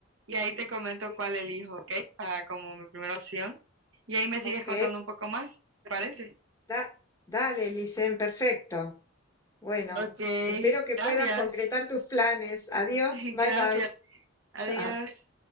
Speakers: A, on the right; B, on the left.
A: y ahí te comento
B: Sí.
A: cuál elijo, ¿ok? Para como mi primera opción. Y ahí me sigues
B: Ok,
A: contando un poco más, ¿te parece?
B: da- dale, Licen, perfecto. Bueno,
A: Ok,
B: espero que
A: gracias.
B: puedas concretar tus planes. Adiós,
A: <laughs>
B: bye
A: Gracias.
B: bye.
A: Adiós.
B: Chao.